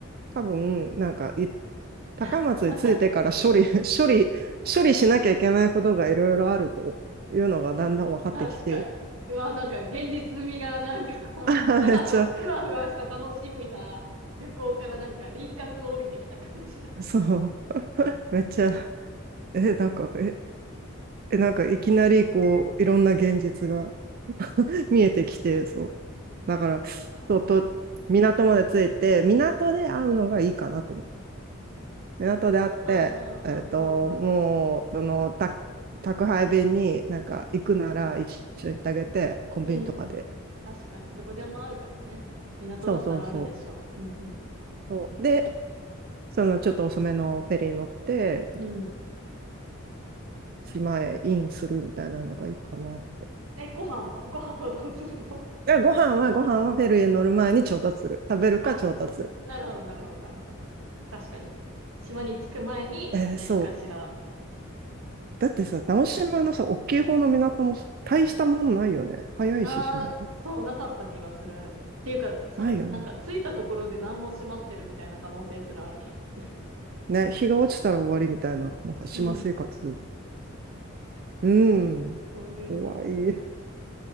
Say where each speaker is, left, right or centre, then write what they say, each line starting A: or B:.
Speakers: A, on the right (about 45°); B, on the right (about 85°).
A: 多分、なんか言っ高松に着いてから処理、
B: <laughs>
A: <laughs> 処理、処理しなきゃいけないことがいろいろあるというのがだんだん分かってきて、
B: 確かに。うわ、なんか現実味がなんか <laughs>
A: あ、
B: ただのふわふわした楽しみな旅行からなんか輪郭を帯びてきた感じだね。
A: めっちゃ、そう、めっちゃ、え、なんか、え、えなんかいきなりこう、いろんな現実が <laughs> 見えてきて、そう。だから、
B: あ
A: そうと、港まで着いて、港で会うのがいいかなと。港で会って、
B: あうんうんうんうんうん。
A: えっと、もう、その、た宅配便になんか行くなら一緒に行ってあげて、コンビニとかで。
B: うんうん。確かに。どこでもあるからね。港だったらあるでしょう。
A: そうそうそう。
B: うん
A: そうで、そのちょっと遅めのフェリー乗って、
B: うん。うん。
A: 島へインするみたいなのがいいかなって。
B: え、ご飯はご飯はどうするの
A: でご飯は、ご飯はフェリーへ乗る前に調達する。食べるか調達する。
B: あ、なるほどなるほどなるほど。確かに。島に着く前に何かしら。
A: えーそう。だってさ、直島のさ、大きい方の港も大したもんないよね。早いし、
B: な、
A: 島でも。
B: そう、なかった気がする。っていうか、さ、
A: ないよね。
B: なんか、着いたところで何も閉まってるみたいな可能性すらある気がする。
A: ね、日が落ちたら終わりみたいな、なんか島生活。
B: うん。
A: うん。
B: なんか、そういうイメージ。
A: 怖い。